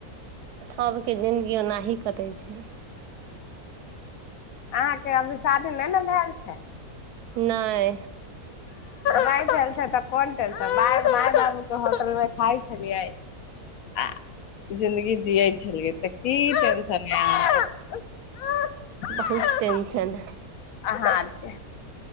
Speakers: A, on the right (about 80°); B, on the left (about 70°).
A: सभके जिनगी ओनाही कटै छै
B: अहाँके अभी शादी नहि ने भाएल छै
A: नहि
B: नहि भेल छै तऽ कोन टेंशन माइ माइ बाबु के होटल मे खााय छलियै आ जिनगी जिय छलिए तऽ की टेंशन या आहाँ
A: बहुत टेंशन
B: आर के